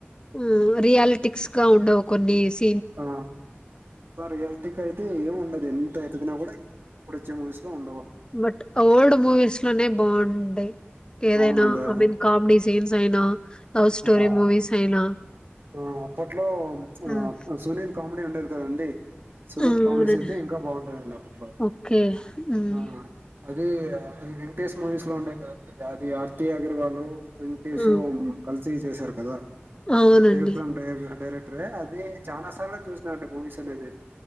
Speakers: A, on the left; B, on the right.
A: ఆ రియాలిటిక్స్ గా ఉండవు కొన్ని స్
B: ఆ తరవాతకైతే ఏం ఉండ ఎంత ఎతికినా గూడా ఇప్పుడొచ్చే మూవీస్‌లో ఉండవనమాట.
A: బట్ ఓల్డ్ మూవీస్ లోనే బ బావుండై ఏదైనా
B: అవునండి.
A: ఐమిన్ కామెడీ సీన్స్ జై నా లవ్ స్టోరీ
B: ఆ!
A: మూవీస్ అయినా
B: ఆ అప్పట్లో ప్చ్ ఆ
A: ఉమ్,
B: సునీల్ కాం <unintelligible> సునీల్
A: అవునండి
B: కామినేషన్ అయితే ఇంకా బాగుండేదండి అప్పట్లో
A: ఓకే ఉమ్,
B: ఆ అది అ ఈ వెంకటేష్ మూవీస్ లో ఉండే గా ది అది ఆర్తి అగర్వాలు. వెంకటేష్
A: ఉమ్,
B: ఉ కల్ తీసేసారు కదా
A: అవునండి
B: దేవ్ కొండ్ డైయ్ డైరెక్టరే అది చానా స్ చాలా చూసిన అండి మూవీస్ అనేది